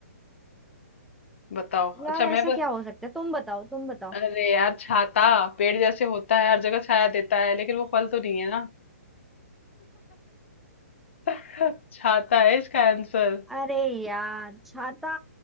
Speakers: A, on the left; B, in the centre.
A: बताओ
B: यार
A: अच्छा
B: ऐसा
A: मैं बस
B: क्या हो सकता है तुम बताओ तुम बताओ
A: अरे यार छाता पेड़ जैसे होता है हर जगह छाया देता है लेकिन वो फल तो नहीं है ना <laughs> छाता है इसका आंसर
B: अरे यार छाता